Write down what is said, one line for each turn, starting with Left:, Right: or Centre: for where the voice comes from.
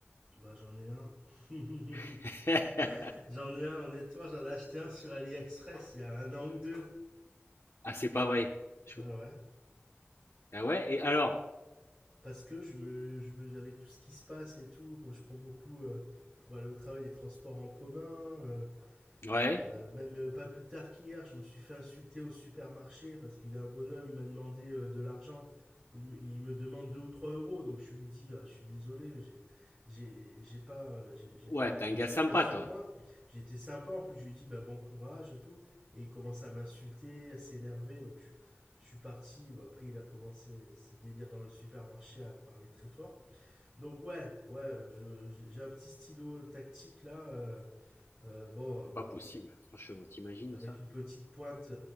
Right: Bah j'en ai un. <laughs>
Left: <laughs>
Right: j'en ai un, honnêtement, j'en ai acheté un sur AliExpress il y a un an ou deux.
Left: Ah, c'est pas vrai. Je-
Right: Ouais, ouais.
Left: Ah ouais, et alors?
Right: Parce que je me, je me- avec tout ce qui se passe et tout, comme je prends beaucoup euh, pour aller au travail, les transports en commun, euh,
Left: Ouais,
Right: Euh, même euh, pas plus tard qu'hier, je me suis fait insulter au supermarché parce qu'il y a un bonhomme, il m'a demandé euh, de l'argent. Il me, il me demande 2 ou 3 euros, donc je lui dis, Ah, je suis désolé, mais j'ai, j'ai, j'ai pas, euh, j'ai j'ai
Left: ouais,
Right: pas,
Left: t'es
Right: j'ai
Left: un gars
Right: pas
Left: sympa,
Right: de pièces sur
Left: toi.
Right: moi. J'étais sympa, en plus je lui dis, ben, bon courage et tout. Et il commence à m'insulter, à s'énerver, donc je, suis- je suis parti. Bah, après, il a commencé ses délires dans le supermarché à parler très fort. Donc ouais, ouais, je- j'ai j'ai un petit stylo tactique là. euh, euh, bon, euh,
Left: C'est pas possible, franchement, t'imagines
Right: avec
Left: ça?
Right: une petite pointe